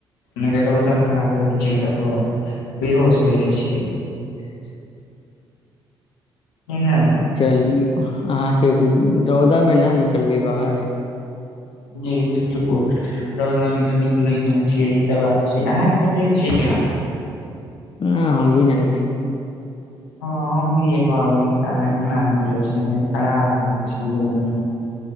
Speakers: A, on the left; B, on the left.
A: नहि छै तब बेहोश हो जाइ छै। <unintelligible>
B: <unintelligible>
A: नहि-नहि। <unintelligible>
B: चलि अहाँके रौदामे न निकलबै बाहरे।
A: जी बुल। <unintelligible> रौदा मे तऽ निकलै ने छियै ई तऽ बात छै अहाँके निकलैत छियै क्य।
B: नहि हम भी नानीक
A: हँ हम भी जे कहब से अहाँ केना निकलै छियै खराब हो जाइत छै रौदा में।